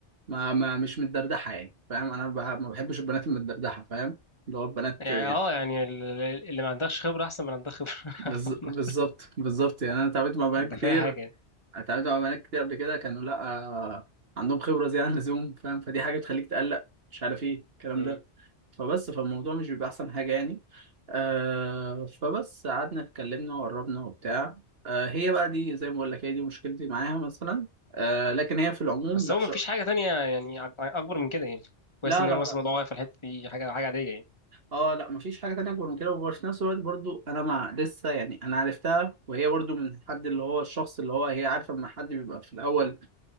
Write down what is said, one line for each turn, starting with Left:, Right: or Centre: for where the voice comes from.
Right: ما, ما مش متدردحة يعني فاهم انا بح- ما بحبش البنات المتدردحة فاهم اللي هو البنات
Left: يعني
Right: يعني
Left: اه يعني ال- ال- اللي ما عندكش خبره احسن من اللي عندك خبره <laughs>
Right: بز-
Left: عامة.
Right: بالظبط بالظبط يعني انا اتعاملت مع بنات
Left: انت
Right: كتير
Left: فاهم حاجه يعني
Right: اتعاملت مع بنات كتير قبل كده كانوا لا آه، عندهم خبرة زيادة عن اللزوم فاهم فدي حاجة بتخليك تقلق مش عارف ايه الكلام
Left: مم.
Right: ده فبس فالموضوع مش بيبقى احسن حاجه يعني آه فبس قعدنا اتكلمنا وقربنا وبتاع آه هي بقى دي زي ما بقول لك هي دي مشكلتي معاها مثلا آه لكن هي في العموم
Left: بس
Right: لا
Left: هو
Right: شا.
Left: ما فيش حاجه تانية يعني ع- اكبر من كده يعني كويس
Right: لا
Left: ان
Right: لا
Left: هو مثلا
Right: لا
Left: الموضوع واقف في الحته دي حاجه حاجه عاديه يعني
Right: اه لا مفيش حاجه تانية اكبر من كده وفي نفس الوقت برضو انا مع لسه يعني انا عرفتها وهي برضو من حد اللي هو الشخص اللي هو هي عارفه لما حد بيبقى في الاول